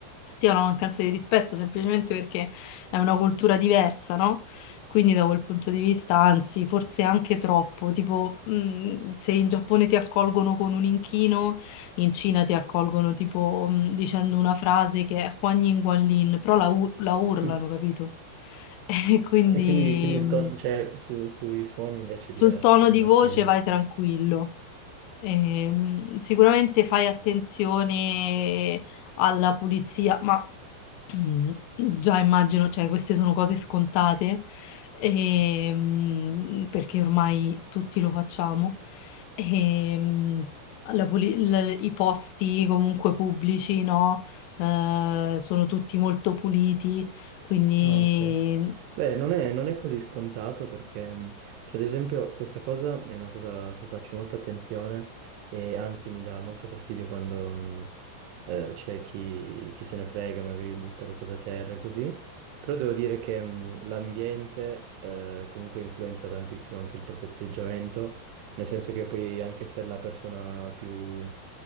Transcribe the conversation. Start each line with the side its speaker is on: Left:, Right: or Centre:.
Left: sia una mancanza di rispetto, semplicemente perché è una cultura diversa, no? Quindi da quel punto di vista, anzi, forse anche troppo, tipo, mh, se in Giappone ti accolgono con un inchino, in Cina ti accolgono tipo mh, dicendo una frase che è Huan Yin Guan Lin, però la, u- la urlano,
Right: <laughs>
Left: capito? <laughs> E quindi
Right: E quindi, quindi il
Left: mh,
Right: to- cioè, su- sui suoni invece
Left: sul
Right: è diverso,
Left: tono
Right: quindi
Left: di
Right: la
Left: voce
Right: Cina.
Left: vai tranquillo. Ehm, sicuramente fai attenzione alla pulizia, ma <clears throat> mm, già immagino, cioè, queste sono cose scontate, ehm, perché ormai tutti lo facciamo. Ehm, la puli- l- i posti comunque pubblici, no? Eh, sono tutti molto puliti, quindi
Right: Ah, ok. Beh, non è, non è così scontato perché, mh, cioè, ad esempio, questa cosa è una cosa a cui faccio molta attenzione e anzi mi dà molto fastidio quando mh, eh, c'è chi, chi se ne frega, magari butta le cose a terra e così. Però devo dire che mh, l'ambiente eh, comunque influenza tantissimo anche il proprio atteggiamento, nel senso che puoi anche essere la persona più,